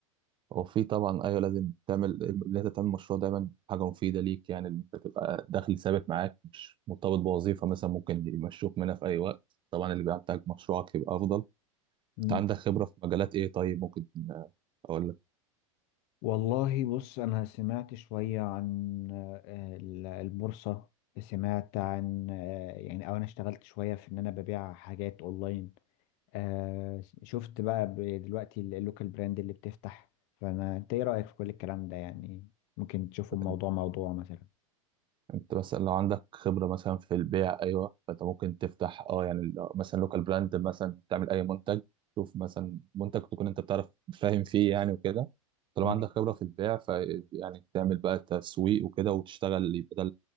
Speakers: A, on the right (about 30°); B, on the left (about 50°).
A: وفي طبعا ايوه لازم تعمل اللي انت تعمل مشروع دايما حاجه مفيده ليك يعني اللي انت تبقى دخل ثابت معاك مش مرتبط بوظيفه مثلا ممكن يمشوك منها في اي وقت طبعا اللي بيحتاج مشروعك يبقى افضل
B: مم.
A: انت عندك خبره في مجالات ايه طيب ممكن آه، اقول لك
B: والله بص أنا سمعت شوية عن آه، ال- البورصة سمعت عن آه، يعني أو أنا اشتغلت شوية في إن أنا ببيع حاجات أونلاين آه شفت بقى ب- دلوقتي ال- اللوكال براند اللي بتفتح فانا انت ايه رأيك في كل الكلام ده يعني ممكن تشوفه موضوع
A: آه،
B: موضوع مثلا
A: انت مثلا لو عندك خبرة مثلا في البيع ايوه فانت ممكن تفتح اه يعني لو- مثلا لوكال براند مثلا تعمل اي منتج شوف مثلا منتج تكون انت بتعرف <laughs> فاهم فيه يعني وكده طالما
B: تمام
A: عندك خبرة في البيع ف يعني تعمل بقى تسويق وكده وتشتغل يبقى ده